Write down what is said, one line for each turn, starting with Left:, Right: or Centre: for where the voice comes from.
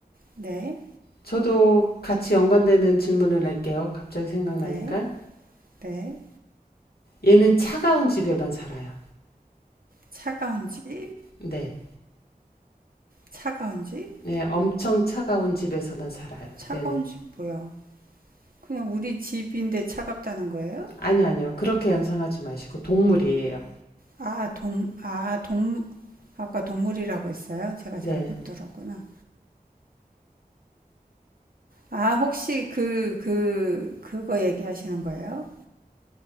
Right: 네,
Left: 저도 같이 연관되는 질문을 낼게요. 갑자기 생각나니까.
Right: 네, 네.
Left: 얘는 차가운 집에만 살아요.
Right: 차가운 집,
Left: 네.
Right: 차가운 집,
Left: 네, 엄청 차가운 집에서만 살아요.
Right: 차가운
Left: 얘는.
Right: 집 뭐야? 그냥 우리 집인데 차갑다는 거예요?
Left: 아니, 아니요. 그렇게 연상하지 마시고, 동물이에요.
Right: 아, 동, 아, 동, 아까 동물이라고 했어요? 제가
Left: 네.
Right: 잘 못 들었구나. 아, 혹시 그, 그, 그거 얘기하시는 거예요?